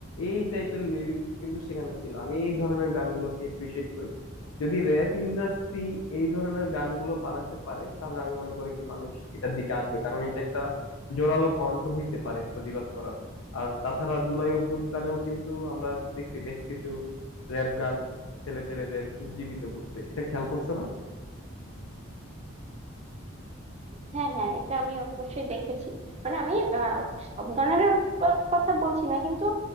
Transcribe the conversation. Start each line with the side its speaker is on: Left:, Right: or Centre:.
Left: এই টাইপের লিরিক্স কিন্তু সেখানে ছিল আমি এই ধরনের গানগুলোকে এপ্রিসিয়েট করি যদি র্যাপ ইন্ডাস্ট্রি এই ধরনের গানগুলো বানাতে পারে তাহলে আমি মনে করি কি মানুষ এটার দিকে আসবে কারণ এটা একটা জোরালো কণ্ঠ হইতে পারে প্রতিবাদ করার আর তাছাড়া জুলাই অভ্যুত্থানেও কিন্তু আমরা দেখছি বেশ কিছু র্যাপ গান ছেলে পেলেদের উজ্জীবিত করছে এটা খেয়াল করছো না
Right: হ্যাঁ হ্যাঁ এটা আমি অবশ্যই দেখেছি মানে আমি আহ, সব গানের কথা বলছি না কিন্তু